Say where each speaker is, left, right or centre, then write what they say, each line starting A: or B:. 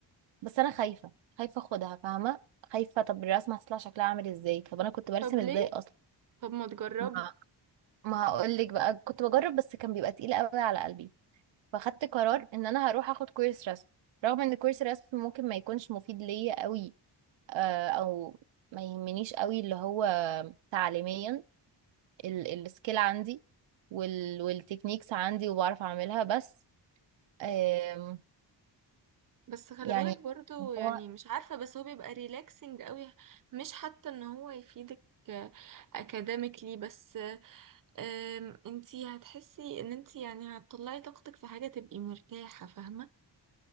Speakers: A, on the right (about 80°); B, on the right (about 45°).
A: بس انا خايفه خايفه اخدها فاهمه خايفه طب الرسمه هتطلع شكلها عامل ازاي طب انا كنت برسم
B: طب ليه؟
A: ازاي اصلا
B: طب ما تجربي
A: ما ما هقول لك بقى كنت بجرب بس كان بيبقى تقيل قوي على قلبي فاخدت قرار ان انا هروح اخد كورس رسم رغم ان كورس رسم ممكن ما يكونش مفيد ليا قوي آه، او ما يهمنيش قوي اللي هو تعليميا ال- السكيل عندي وال والتكنيكس عندي وبعرف اعملها بس آم،
B: بس خلي
A: يعني
B: بالك برضو يعني
A: هو
B: مش عارفة بس هو بيبقى ريلاكسنج قوي مش حتى ان هو يفيدك اكاديميكلي بس آم، انتي هتحسي ان انتي يعني هتطلعي طاقتك في حاجة تبقي مرتاحة فاهمة؟